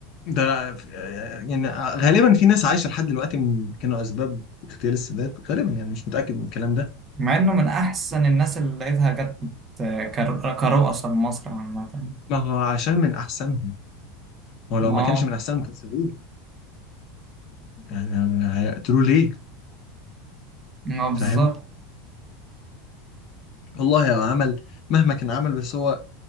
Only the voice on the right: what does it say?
مع انه من احسن الناس اللي لقيتها جت كر- كرؤساء لمصر عامة
ما
ما بالظبط